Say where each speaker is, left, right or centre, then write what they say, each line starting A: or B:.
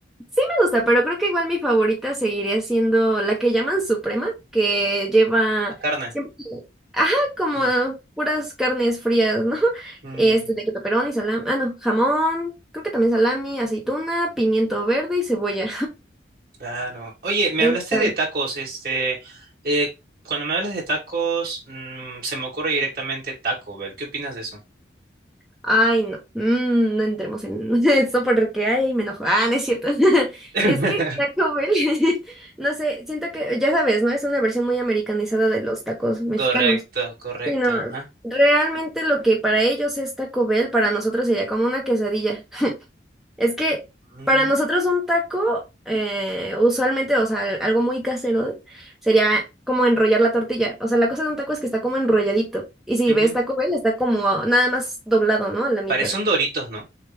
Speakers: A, in the centre; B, on the right.
A: sí me gusta, pero creo que igual mi favorita seguiría siendo la que llaman Suprema, que lleva
B: La carne.
A: siempre, ajá, como
B: Mm.
A: puras carnes frías, ¿no? <laughs>
B: Mm.
A: Este, de queso y salami, ah, no, jamón, creo que también salami, aceituna, pimiento verde y cebolla.
B: Claro. Oye,
A: <laughs>
B: me
A: Está
B: hablaste de tacos, este, eh, cuando me hablas de tacos, mm, se me ocurre directamente Taco Bell. ¿Qué opinas de eso?
A: Ay, no, Mm, no entremos en <laughs> eso porque ay, me enojo. Ah, no es cierto. <laughs>
B: <laughs>
A: Es que Taco Bell, <laughs> no sé, siento que, ya sabes, ¿no? Es una versión muy americanizada de los tacos mexicanos.
B: Correcto, correcto,
A: Sí, no,
B: ajá.
A: realmente lo que para ellos es Taco Bell, para nosotros sería como una quesadilla. <laughs> Es que
B: Mm,
A: para nosotros un taco, eh, usualmente, o sea, algo muy casero, sería como enrollar la tortilla. O sea, la cosa de un taco es que está como enrolladito. Y si
B: ujú.
A: ves Taco Bell, está como nada más doblado, ¿no? A la mitad.
B: Parece un Doritos, ¿no?